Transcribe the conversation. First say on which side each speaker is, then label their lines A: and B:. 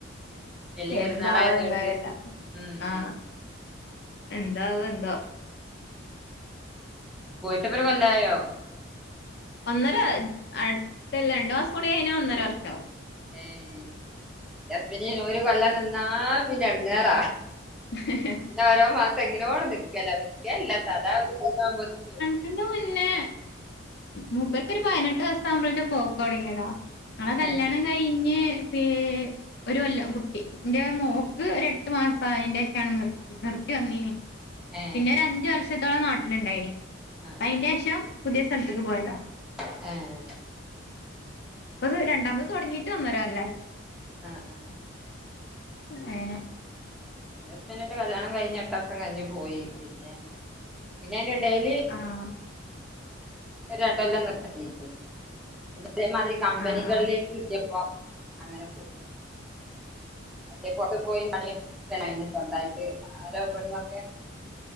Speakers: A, in the centre; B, on the left (about 55°).
A: വലിയ
B: എന്താവോ
A: പെരുന്നാളായതോണ്ട്
B: എന്താരില്ല
A: ഉം
B: ആഹ് എന്താവോ എന്തോ
A: പോയിട്ട് ഇപ്പൊരു കൊല്ലായോ
B: ഒന്നര അടുത്തല്ല രണ്ടു മാസം കൂടി കഴിഞ്ഞാ ഒന്നര വർഷാവും
A: ഏഹ് ഇൻ്റെ ഹസ്ബൻഡിന് ഒരു കൊല്ലം നിന്നാ പിന്നെ എടങ്ങാറാ
B: <inaudible>
A: ഓരോ മാസം എങ്ങനോടെ നിക്കല നിക്കല്ല സാധാ ഒരു കൊല്ലാവുമ്പോത്തിന് വരും
B: ഇതിന്റെ മുന്നേ മൂപ്പേർക്കൊരു പയിനെട്ട് വയ വയസ്സാകുമ്പോളേക്ക് പോക്ക് തുടങ്ങിയതാ ഞങ്ങളെ കല്യാണം
A: ഏഹ്
B: കഴിഞ്ഞ് പി ഒരു കൊല്ലം കുട്ടി ഇന്റെ മോക്ക് ഒര് എട്ട് മാസം പ്രായം ഇണ്ടായതിന് ശേഷാണ് നിര് നിർത്തി വന്നീനി
A: ഏഹ്
B: പിന്നെ ഒരു അഞ്ച് വർഷത്തോളം നാട്ടിലുണ്ടായിനി
A: ആഹ്
B: അയിന്റെ
A: ആഹ്
B: ശേഷം പുതിയ സ്ഥല്ത്ത്ക്ക് പോയതാ
A: ഏഹ്
B: ഇപ്പത് രണ്ടാമത് തുടങ്ങിട്ട് ഒന്നര കൊല്ലായി
A: ആഹ് ആഹ്
B: അങ്ങനെ
A: എന്റെ ഹസ്ബൻഡ് കല്യാണം കഴിഞ്ഞ് എട്ട് മാസം കഴിഞ്ഞ് പോയി പിന്നെ പിന്നെ അയ്ന്റെ എടേല്
B: ആഹ്
A: രണ്ടുകൊല്ലം നിൽക്കണേനി ഇതേമാതിരി കമ്പനികളിലേക്ക്
B: ആഹ് ആഹ്
A: കിട്ടിയപ്പോ അങ്ങനെ പോയി മറ്റേ പൊറത്ത് പോയി പണി <unintelligible> സ്വന്തായിട്ട് ആരോ ഇവിടന്നൊക്കെ